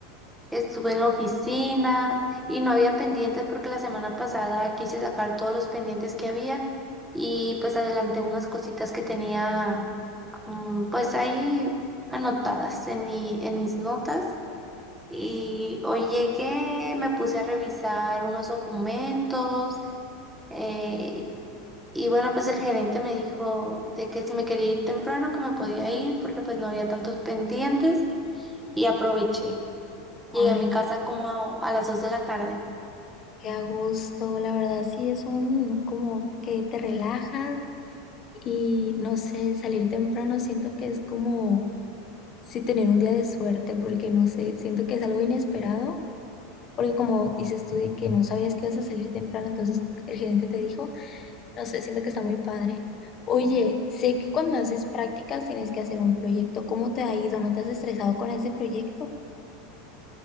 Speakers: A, in the centre; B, on the left (about 30°).
A: estuve en la oficina y no había pendientes porque la semana pasada quise sacar todos los pendientes que había y pues adelanté unas cositas que tenía Mm, Pues ahí anotadas en mi, en mis notas y hoy llegué, me puse a revisar unos documentos eh, y bueno, pues el gerente me dijo de que si me quería ir temprano, que me podía ir porque pues no había tantos pendientes y aproveché. Llegué
B: Ay,
A: a mi casa como a las 2 de la tarde.
B: qué a gusto. La verdad sí es un como que te relajas Y no sé, salir temprano siento que es como si tener un día de suerte, porque no sé, siento que es algo inesperado, porque como dices tú de que no sabías que ibas a salir temprano, entonces el gerente te dijo, no sé, siento que está muy padre. Oye, sé que cuando haces prácticas tienes que hacer un proyecto, ¿cómo te ha ido? ¿No te has estresado con ese proyecto?